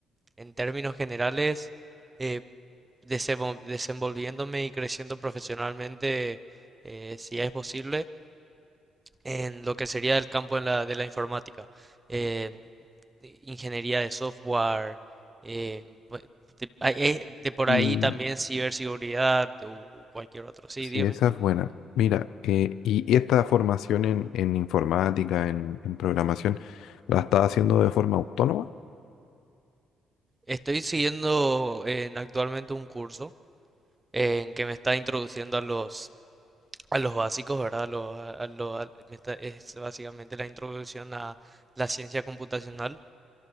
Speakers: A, on the right; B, on the left.
A: en términos generales, eh, desenvol- desenvolviéndome y creciendo profesionalmente, eh, si es posible, en lo que sería el campo en la- de la informática. Eh, ingeniería de software, eh, bu- de, ah, eh, de por
B: Y,
A: ahí también ciberseguridad o cualquier otro. Sí,
B: Sí,
A: dime.
B: esa es buena. Mira, eh, y, y esta formación en, en informática, en, en programación, ¿la estás haciendo de forma autónoma?
A: Estoy siguiendo en actualmente un curso en que me está introduciendo a los a los básicos, ¿verdad? A los- a- a lo- a- me está- es básicamente la introducción a la ciencia computacional